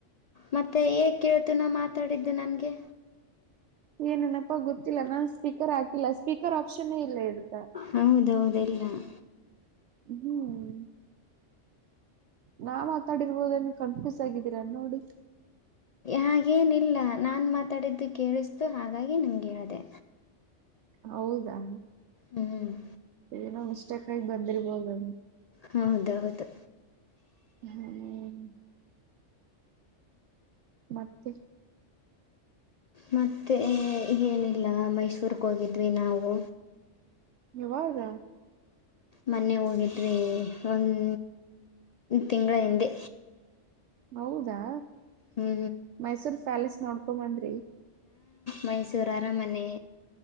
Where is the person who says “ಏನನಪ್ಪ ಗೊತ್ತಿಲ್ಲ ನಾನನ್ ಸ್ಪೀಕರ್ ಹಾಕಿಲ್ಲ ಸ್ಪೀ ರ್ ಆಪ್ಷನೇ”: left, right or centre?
Right